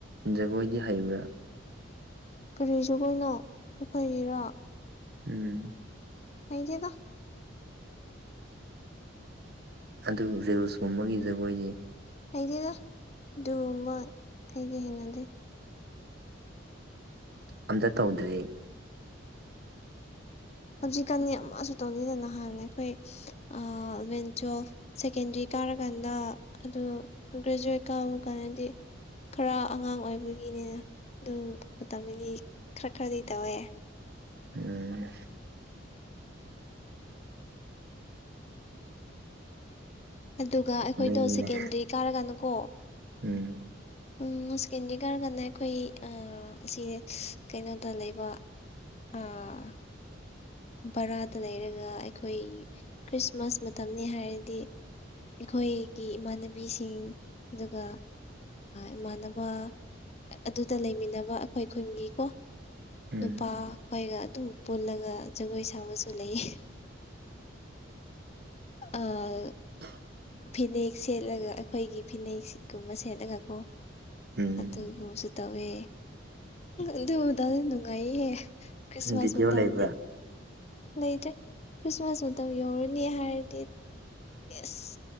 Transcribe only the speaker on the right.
ꯖꯒꯣꯏꯗꯤ ꯍꯩꯕ꯭ꯔꯥ
ꯎꯝ꯫
ꯑꯗꯨ ꯔꯤꯜꯁꯀꯨꯝꯕꯒꯤ ꯖꯒꯣꯏꯗꯤ꯫
ꯑꯝꯇ ꯇꯧꯗ꯭ꯔꯤ꯫
ꯎꯝ꯫
ꯃꯤꯒꯤꯅꯦ
ꯎꯝ꯫
ꯎꯝ
꯫ <unintelligible>
ꯎꯝ꯫
ꯚꯤꯗꯤꯑꯣ
ꯂꯩꯕ꯭ꯔꯥ